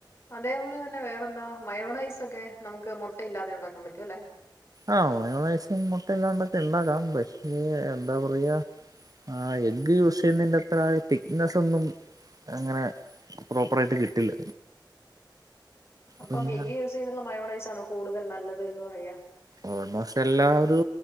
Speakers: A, on the left; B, on the right.
A: അതേപോലെ തന്നെ വേറെന്താ മയോണൈസ് ഒക്കെ നമുക്ക് മുട്ടയില്ലാതെ ഉണ്ടാക്കൻ പറ്റും അല്ലെ
B: ആഹ് മയോണൈസ് മുട്ട ഇല്ലാണ്ടൊക്കെ ഇണ്ടാക്കാം പക്ഷെ എന്താ പറയാ ആ എഗ് യൂസ് ചെയ്യുന്നതിന്റെ അത്ര തിക്നെസ്സ് ഒന്നും അങ്ങനെ പ്രോപ്പർ ആയിട്ട് കിട്ടില്ല
A: അപ്പം
B: പിന്നെ
A: എഗ്ഗ് യൂസ് ചെയ്ത്ള്ള മയോണൈസ് ആണോ കൂടുതൽ നല്ലത് എന്ന് പറയാ
B: ഓൾമോസ്റ്റ് എല്ലാ ഒരു